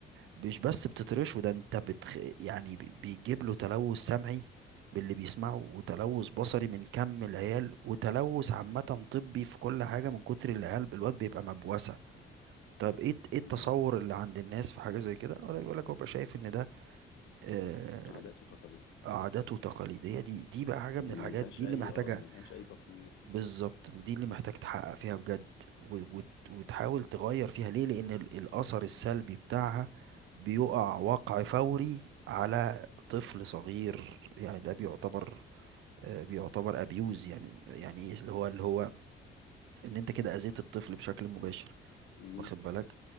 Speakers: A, on the right; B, on the left.
A: مش بس بتطرشه ده انت بتخ... يعني بي- بيجيب له تلوث سمعي باللي بيسمعه وتلوث بصري من كم العيال وتلوث عامة طبي في كل حاجة من كتر العيال الواد بيبقى مبوسة طب ايه ايه التصور
B: مم.
A: اللي عند الناس في حاجة زي كده ولا يقول لك هو بقى شايف ان ده آه،
B: عادات وتقاليد
A: عادات وتقاليد هي دي دي بقى حاجة من الحاجات
B: ملهاش
A: دي
B: اي
A: اللي محتاجة
B: اه ملهاش اي تصنيف
A: بالظبط دي اللي محتاج تحقق فيها بجد و- وت- وتحاول تغير فيها ليه لأن ال- الأثر السلبي بتاعها بيقع وقع فوري على طفل صغير يعني ده بيعتبر آه، بيعتبر أبيوز يعني يعني إيه اللي هو اللي هو إن أنت كده أذيت الطفل بشكل مباشر
B: مم.
A: واخد بالك